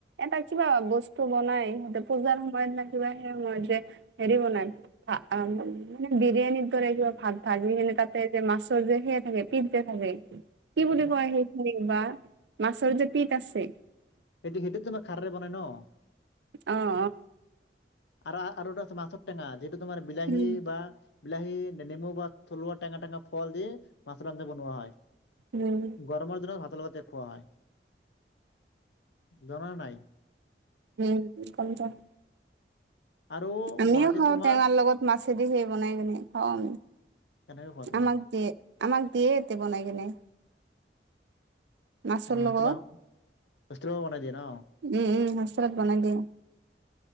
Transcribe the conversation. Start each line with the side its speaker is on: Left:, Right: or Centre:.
Right: এটা কিবা বস্তু বনাই সিহঁতে পূজাৰ সময়ত ন কিবা সেই সময়ত যে হেৰি বনাই হা আম মানে বিৰিয়ানীৰ দৰে কিবা ভাত ভাজি কিনে তাতে যে মাছৰ যে মাছৰ যে সেইয়া পিট যে থাকে
Left: <unintelligible>
Right: খোৱা সেইখিনি বা মাছৰ যে পিত আছে
Left: এইটো সেইটো তোমাৰ খাৰে বনাই ন
Right: অ অ
Left: আৰু আৰু এটা আছে মাছৰ টেঙা যিটো তোমাৰ বিলাহী
Right: উম
Left: বা বিলাহী নেমু বা থলুৱা টেঙা টেঙা ফল দি মাছৰ আন্নজা বনোৱা হয়
Right: উম
Left: গৰমৰ দিনত ভাত লগতে খোৱা হয় জানা নে নাই।
Right: উম <unintelligible>
Left: আৰু
Right: আমিও
Left: গুৱাহাটীত
Right: খাওঁ
Left: তোমাৰ
Right: টেঙাৰ লগত মাছেদি সেই বনাই কিনে খাওঁ আমি।
Left: কেনেকৈ কোৱা তুমি।
Right: আমাক দিয়ে আমাক দিয়ে এতে বনাই কিনে। মাছৰ
Left: অঁ
Right: লগত
Left: তোমাৰ ইন্টাৰগ্ৰামত বনাই দিয়ে ন
Right: উম উম হোইচটেলত বনাই দিয়ে